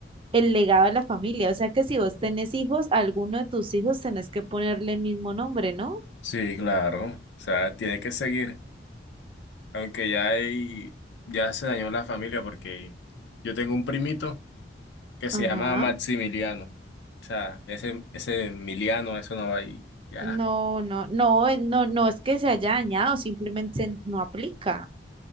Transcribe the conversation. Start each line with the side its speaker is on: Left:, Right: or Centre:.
Right: el legado de la familia. O sea que si vos tenés hijos, a alguno de tus hijos tenés que ponerle el mismo nombre, ¿no?
Left: Sí, claro. O sea, tiene que seguir. Aunque ya hay, ya se dañó la familia porque yo tengo un primito que se
Right: Ajá.
Left: llama Maximiliano. O sea, ese, ese Emiliano, eso no va ahí. Ya.
Right: No, no, no, eh, no, no es que se haya dañado, simplemente no aplica.